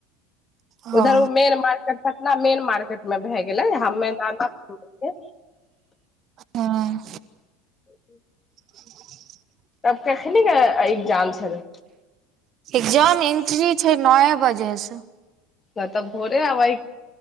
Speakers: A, on the right; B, on the left.
A: हँ
B: उधर ऊ main market Patna main market मे भए गेलय, हमें दाना के-
A: हं-
B: <unintelligible>
A: <unintelligible>
B: तब कखनी के एग्गजाम छलय?
A: एक्जाम एंट्री छै नए बजे स
B: जा त भोरे आब